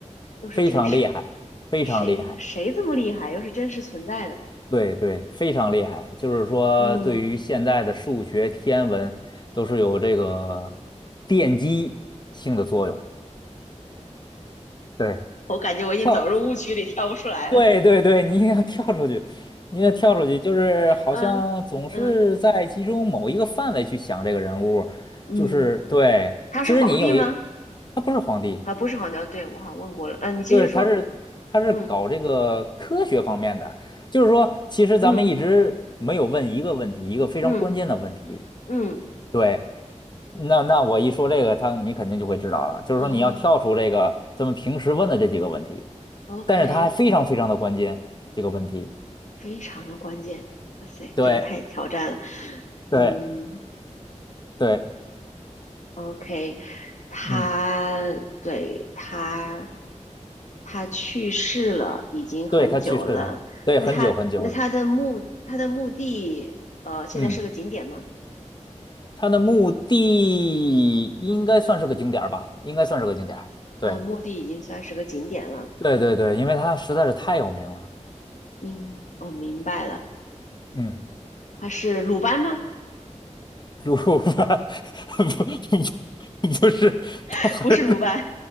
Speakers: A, on the left; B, on the left.
A: 又是真实。
B: 非常厉害，非常厉害。
A: 谁谁这么厉害？又是真实存在的。
B: 对对，非常厉害。就是说，
A: 嗯，
B: 对于现在的数学、天文，都是有这个奠基性的作用。对。
A: 我感觉我已经走入误区里，
B: 跳
A: 跳不出来了。
B: 对对对，你一定要跳出去，你得跳出去，就是好像总是在集中某一个范围去想这个人物，
A: 嗯嗯嗯，
B: 就是对。
A: 他是皇帝吗？
B: 其实你有一，他不是皇帝，
A: 啊，不是黄牛，对，我好像问过了。嗯、你继续说。
B: 对，他是他是搞这个科学方面的，
A: 嗯
B: 就是说，其实咱们一直没有问一个问题，
A: 嗯
B: 一个非常关键的问题。
A: 嗯嗯，
B: 对，那那我一说这个，他你肯定就会知道了，就是说你要跳出这个咱们平时问的这几个问题，
A: 哦，OK，
B: 但是它还非常非常的关键，这个问题。
A: 非常的关键。哇塞，
B: 对。
A: 这个太挑战了。
B: 对
A: 嗯
B: 对，
A: ，OK，他对他
B: 嗯，
A: 他去世了，已经很久了。
B: 对，他去世了，对，
A: 那他那他的墓他的墓地呃，
B: 很久很久了，
A: 现在是个景点吗？
B: 嗯，他的墓地应该算是个景点儿吧，应该算是个景点儿，对，
A: 呃，墓地已经算是个景点了。
B: 对对对，因为他实在是太有名了，
A: 嗯，我、明白了，
B: 嗯，
A: 他是鲁班吗？
B: 鲁班 <laughs> 不不不是，
A: <laughs>
B: 他好像
A: 不是鲁班，